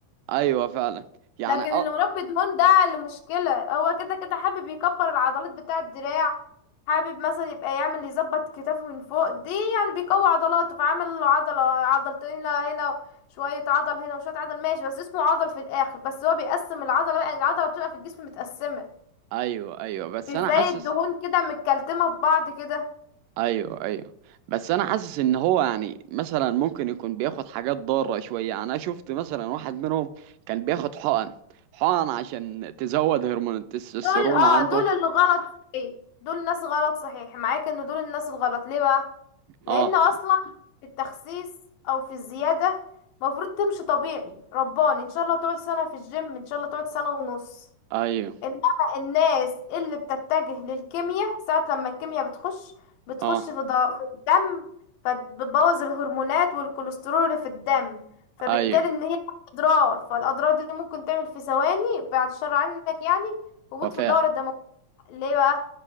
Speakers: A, on the right; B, on the left.
A: ايوه فعلا يعني
B: لكن
A: أ...
B: اللي مربي دهون ده اللي مشكلة هو كده كده حابب يكبر العضلات بتاع الدراع حابب مثلا يبقى يعمل يظبط كتافه من فوق دي يعني بيقوي عضلاته فعمل له عضلة عضلتين هنا هنا شوية عضل هنا وشوية عضل ماشي بس اسمه عضل في الآخر بس هو بيقسم العضلة بقى، يعني العضلة بتبقى في الجسم متقسمة
A: ايوه ايوه بس
B: مش
A: انا
B: زي
A: حاسس
B: الدهون كده متكلتمة في بعض كده
A: ايوه ايوه بس انا حاسس ان هو يعني مثلا ممكن يكون بياخد حاجات ضاره شويه يعني انا شفت مثلا واحد منهم كان بياخد حقن حقن عشان تزود هرمون التستوستيرون
B: دول اه
A: عنده
B: دول اللي غلط صحيح دول ناس غلط صحيح معاك ان دول الناس الغلط ليه بقى لان
A: اه
B: اصلا في التخسيس او في الزيادة مفروض تمشي طبيعي رباني ان شاء الله تقعد سنة في الجيم ان شاء الله تقعد سنة ونص
A: ايوه
B: انما الناس اللي بتتجه للكيمياء ساعة لما الكيمياء بتخش بتخش
A: اه
B: في ض- في الدم فبتبوظ الهرمونات والكوليسترول اللي في الدم فبالتالي
A: ايوه
B: ان هي اضرار فالاضرار دي ممكن تعمل في ثواني بعد الشر عنك يعني هبوط
A: وفاه
B: في الدورة الدموية ليه بقى